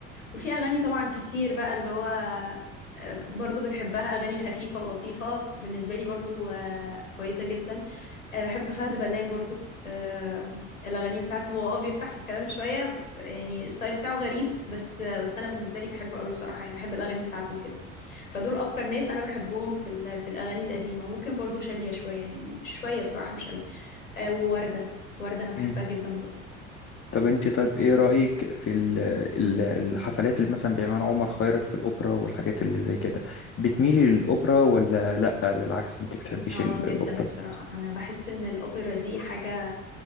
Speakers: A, on the left; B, on the left.
A: وفي أغاني طبعا كتير بقى اللي هو آه، برضو بتحبها أغاني خفيفة ولطيفة بالنسبة لي برضو آه، كويسة جدا أه بحب فهد بلان برضو أه الأغاني بتاعته هو اه بيفتح في الكلام شوية بس يعني الستايل بتاعه غريب بس آه، بس أنا بالنسبة لي بحبه قوي بصراحة يعني بحب الأغاني بتاعته وكده فدول أكتر ناس أنا بحبهم في ال- في الأغاني القديمة ممكن برضو شادية شوية يعني شوية بصراحة مش قوي أه ووردة وردة أنا بحبها
B: مم.
A: جدا برضو
B: طب انت طيب ايه رأيك في ال- ال- الحفلات اللي مثلا بيعملها عمر خيرت في الأوبرا والحاجات اللي زي كده بتميلي للأوبرا ولا لأ بالعكس انت بتحبيش
A: اه
B: ال-
A: جدا
B: الأوبرا
A: بصراحة انا بحس ان الاوبرا دي حاجة